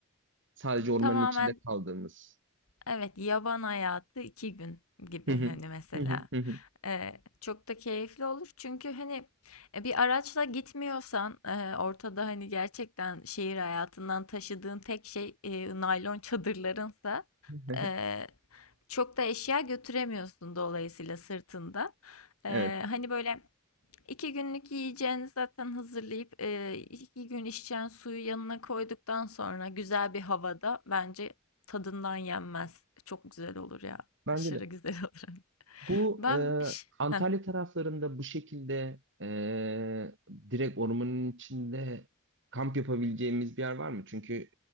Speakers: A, on the right; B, on the left.
A: Sadece ormanın
B: Tamamen
A: içinde kaldığımız.
B: evet yaban hayatı iki gün gibi
A: Hı hı.
B: hani mesela
A: Hı hı, hı hı.
B: Eee, çok da keyifli olur çünkü hani e, bir araçla gitmiyorsan e, ortada hani gerçekten şehir hayatından taşıdığın tek şey e, naylon çadırlarınsa
A: <laughs>
B: e, çok da eşya götüremiyorsun dolayısıyla sırtında. Eee,
A: Evet,
B: hani böyle. İki günlük yiyeceğini zaten hazırlayıp eee, iki gün içeceğin suyu yanına koyduktan sonra güzel bir havada bence tadından yenmez. Çok güzel olur ya.
A: bence
B: Aşırı
A: de.
B: güzel <laughs> olur.
A: Bu
B: Ben
A: e,
B: bir şey-
A: Antalya
B: Heh,
A: taraflarında bu şekilde e, direkt ormanın içinde kamp yapabileceğimiz bir yer var mı? Çünkü